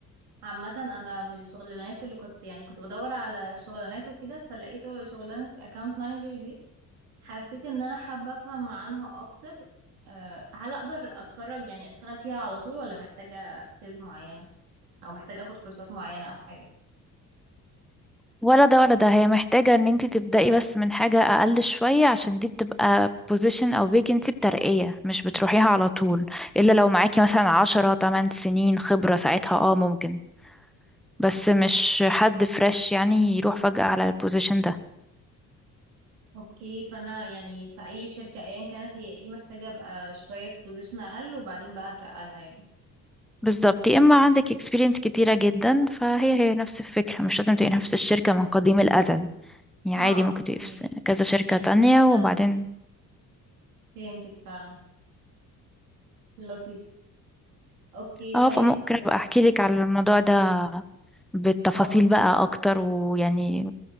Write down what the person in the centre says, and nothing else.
ولا ده ولا ده هي محتاجة ان انتي تبدأي بس من حاجة اقل شوية عشان دي بتبقى position او vacancy بترقية مش بتروحيها على طول الا لو معاكي مثلا عشرة تمن سنين خبرة ساعتها اه ممكن بس مش حد فريش يعني يروح فجأة على البوزيشن ده
بالظبط يا اما عندك experience كتيرة جدا فهي هي نفس الفكرة مش لازم تبقي نفس الشركة من قديم الأزل يعني
عادي ممكن
تبقي
في س- كذا شركة
تانية
وبعدين
اه
فممكن ابقى احكي لك على الموضوع ده بالتفاصيل
بقى اكتر ويعني